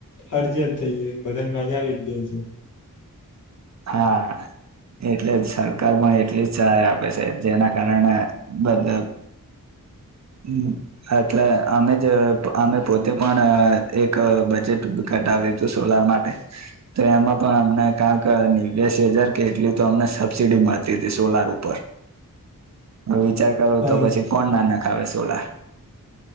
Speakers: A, on the left; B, on the right.
A: ફરજીિયાત થઈ જાય બધાને લગાવી જ દે છે.
B: હા એ એટલે સરકાર પણ એટલી સહાય આપે છે. જેના કારણે બધા હમ્મ એટલે અમે જ અમે પો તે પણ એક બજેટ ઘટાવ્યું હતું સોલાર માટે. તો એમાં પણ અમને કામ કાની દસ હજાર કે એટલી તો અમને સબસીડી મળતી હતી સોલાર ઉપર. વિચાર કરો
A: હા
B: તો પછી કોણ ના ન કાવે સોલાર